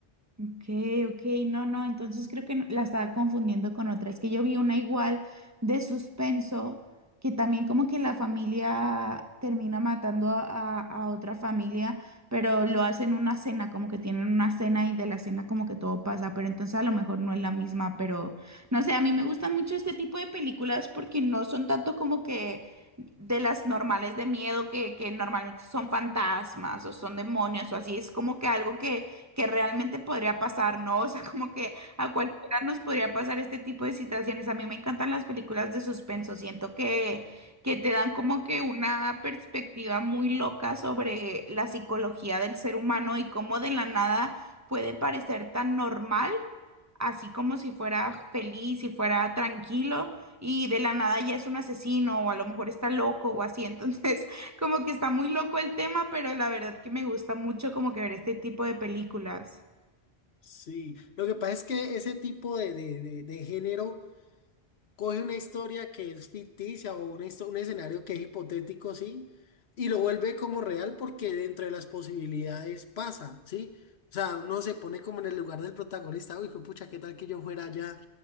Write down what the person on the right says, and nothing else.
Ok, ok, no, no, entonces creo que no- la estaba confundiendo con otra. Es que yo vi una igual de suspenso, que también como que la familia termina matando a, a- a otra familia, pero lo hacen una cena, como que tienen una cena y de la cena como que todo pasa, pero entonces a lo mejor no es la misma, pero no sé, a mí me gustan mucho este tipo de películas porque no son tanto como que de las normales de miedo que, que normalmente son fantasmas o son demonios o así, es como que algo que que realmente podría pasar, ¿no? O sea, como que a cualquiera nos podría pasar este tipo de situaciones. A mí me encantan las películas de suspenso, siento que, que te dan como que una perspectiva muy loca sobre la psicología del ser humano y cómo de la nada puede parecer tan normal, así como si fuera feliz, si fuera tranquilo. Y de la nada ya es un asesino, o a lo mejor está loco, o así. <laughs> Entonces, como que está muy loco el tema, pero la verdad que me gusta mucho como que ver este tipo de películas.